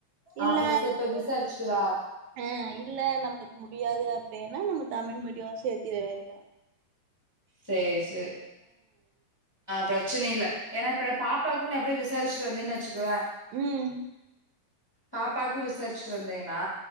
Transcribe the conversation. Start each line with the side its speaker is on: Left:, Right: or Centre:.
Right: இல்ல
Left: அப்டியா சரி போய் விசாரிச்சிட்டு வா
Right: ஆ இல்ல நம்மளுக்கு முடியாது அப்டின்னா நம்ம தமிழ் மீடியம் சேர்த் இதுவே தா
Left: செர்ஸ் த்து பிரெச்சன இல்ல ஏனா இப்ப பாப்பாக்கு நா அப்டியே விசாரி விட்டுட்டு வந்தேனா வெச்சுக்குவே
Right: ம்
Left: பாப்பாக்கு விசாரிச்சுட்டு வந்தேன்னா